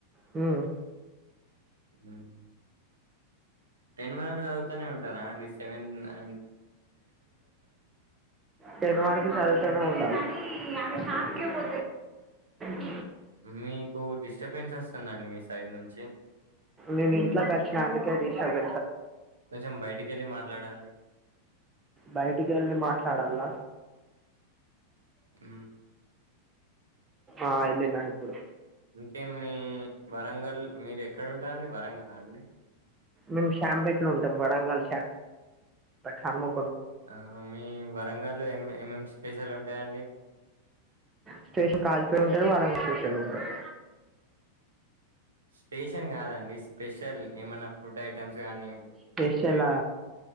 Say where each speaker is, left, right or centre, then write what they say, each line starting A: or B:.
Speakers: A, on the right; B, on the right.
A: హ్మ్
B: హ్మ్ టెన్ వరకు చదువుతూనే ఉంటార సెవెన్ అ
A: టెన్ కరకు చేసువుతానే ఉండ అ శాక పో <inaudible>
B: మీకు డిస్టర్బెన్స్ వస్తుందండి మీ సైడ్ నుంచి
A: నేను ఇంట్లోకోచ్చిన అందుకే డిస్టెన్స్
B: కొంచెం బయటికి వెళ్ళి మాట్లాడండి
A: బయటికి వెళ్ళి మాట్లాడాల
B: హ్మ్
A: ఆ ఇల్నాయిప్పుడు
B: ఇంకే మీ వరంగల్ మీరు ఎక్కడ ఉంటారం అండి వరంగల్ అండి
A: మేము షాంపేట్లు ఉంటాం వరంగల్ప హను
B: ఆ మీ వరంగల్లో ఏమేం స్పెషల్ ఉంటాయా అండి
A: స్టేషన్ కాజిపేయి ఉంటంది వారంగ స్టేషన్ లో ఉంటారు
B: స్పేషన్ కాదండి స్పెషల్ ఏమన్నా ఫుడ్ ఐటమ్స్ కాగానీ
A: స్పెషలా